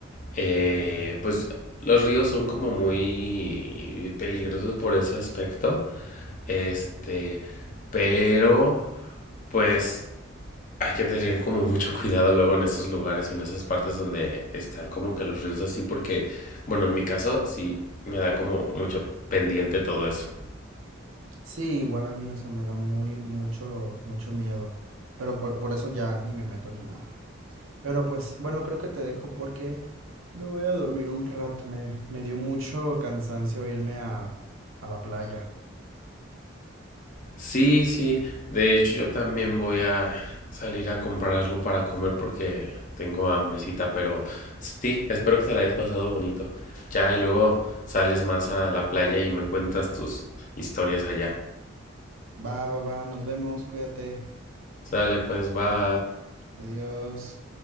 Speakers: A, on the left; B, on the right.
A: eh, pues los ríos son como muy peligrosos por ese aspecto. Este, pero pues hay que tener como mucho cuidado luego en esos lugares, en esas partes donde están como que los ríos así, porque, bueno, en mi caso sí me da como mucho pendiente todo eso.
B: Sí, igual a mí, o sea, me da muy, mucho, mucho miedo. Pero por, por eso ya ni me meto ni nada. Pero pues, bueno, creo que te dejo porque Me voy a dormir un rato, me, me dio mucho cansancio irme a, a la playa.
A: Sí, sí. De hecho, yo también voy a salir a comprar algo para comer porque tengo hambrecita, pero sí, espero que te la hayas pasado bonito. Ya, y luego sales más a la playa y me cuentas tus historias allá.
B: Va, va, va, nos vemos, cuídate.
A: Sale, pues, bye.
B: Adiós.